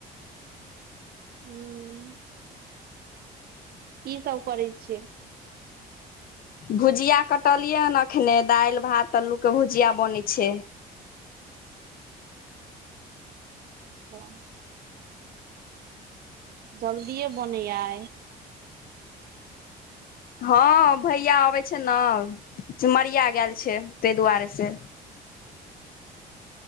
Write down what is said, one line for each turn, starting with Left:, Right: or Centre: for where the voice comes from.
Right: हूँ की सब करै छियै
Left: भुजिया कटलियै हन अखने दाइल भात अल्लू के भुजिया बनैत छै
Right: अच्छा। जल्दिये बनै यआइ
Left: हँ भैया अबै छै ने चिमरिया गेल छै ताहि दुआरे से